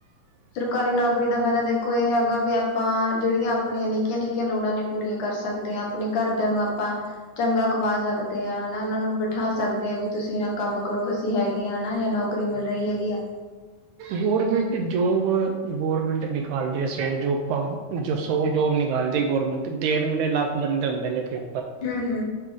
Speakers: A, on the left (about 70°); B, on the right (about 80°).
A: ਸਰਕਾਰੀ ਨੌਕਰੀ ਦਾ ਫਾਇਦਾ ਦੇਖੋ ਇਹ ਹੈਗਾ ਵੀ ਆਪਾਂ ਜਿਹੜੀਆਂ ਆਪਣੀਆਂ ਨਿੱਕੀਆਂ, ਨਿੱਕੀਆਂ ਲੋੜਾਂ ਨੇ ਪੂਰੀਆਂ ਕਰ ਸਕ ਸਕਦੇ ਹਾਂ ਆਪਣੇ ਘਰਦਿਆਂ ਨੂੰ ਆਪਾਂ ਚੰਗਾ ਖਵਾ ਸਕਦੇ ਹਾਂ ਹਨਾ ਉਹਨਾਂ ਨੂੰ ਬਿਠਾ ਸਕਦੇ ਹਾਂ ਵੀ ਤੁਸੀਂ ਕੰਮ ਕਰੋ ਅਸੀਂ ਹੈਗੇ ਹ ਜਾਂ ਨੌਕਰੀ ਨੌਕਰੀ ਮਿਲ ਰਹੀ ਹੈਗੀ ਹੈ।
B: ਗੌਰਮੈਂਟ ਜੋਬ ਗੌਰਮੈਂਟ ਨਿਕਾਲਦੀ ਸੋ ਜੋਬਾ ਸੋ ਜੋਬ ਨਿਕਾਲਦੀ ਗੌਰਮੈਂਟ ਡੇਢ ਨੂੰ ਡੇਢ ਲੱਖ ਬੰਦੇ ਹੁੰਦੇ ਨੇ ਫਿਰ
A: ਹੁ, ਹੁ